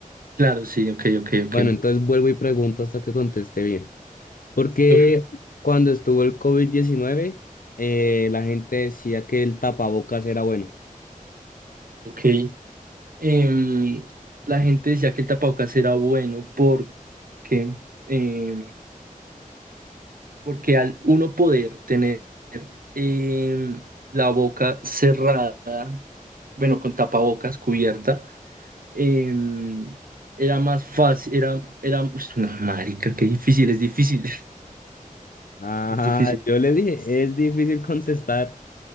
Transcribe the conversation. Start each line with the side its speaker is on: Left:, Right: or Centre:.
Right: Claro, sí, ok, ok, ok.
Left: Bueno, entonces vuelvo y pregunto hasta que conteste bien. Porque
Right: Uf,
Left: cuando estuvo el covid diecinueve eh, la gente decía que el tapabocas era bueno.
Right: ok. Em, la gente decía que el tapabocas era bueno porque, em, porque al uno poder tener em, la boca cerrada, bueno, con tapabocas cubierta, em, era más fácil, era, era, ush, no, marica, qué difícil, es difícil,
Left: Ah,
Right: <laughs> es difícil.
Left: yo le dije, es difícil <laughs> contestar